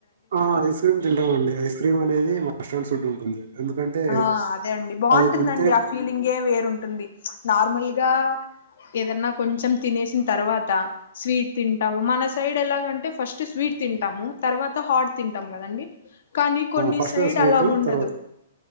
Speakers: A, on the right (about 70°); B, on the left (about 65°).
A: ఆ ఐస్ క్రీమ్ తింటామండి ఐస్ క్రీమ్ అనేది మస్ట్ అండ్ షూడ్ ఉంటుంది ఎందుకంటే
B: ఆ అదే అండి బావుంటుందండి
A: అది తింటే
B: ఆ ఫీలింగే వేరుంటుంది నార్మల్గా ఏదన్నా కొంచెం తినేసిన తర్వాత స్వీట్ తింటాము మన సైడ్ ఎలాగంటే ఫస్ట్ స్వీట్ తింటాము తర్వాత హాట్ తింటాము కదండీ కాని కొన్ని
A: ఫస్ట్
B: సైడ్
A: స్వీట్
B: అలాగుండదు
A: తర్వాత